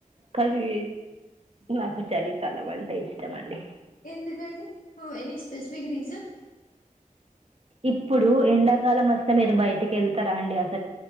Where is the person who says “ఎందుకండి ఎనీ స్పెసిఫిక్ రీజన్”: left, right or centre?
Left